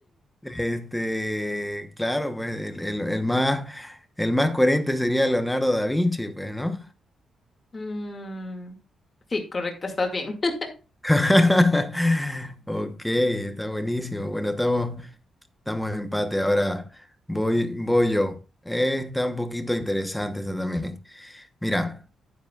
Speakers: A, in the centre; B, on the left.
A: Este, claro, pues el, el- el más, el más coherente sería Leonardo da Vinci, pues, ¿no?
B: Mm, sí, correcto, estás bien. <laughs>
A: <laughs> Ok, está buenísimo. Bueno, estamos, estamos en empate. Ahora voy, voy yo. Eh, está un poquito interesante esta también. Mira,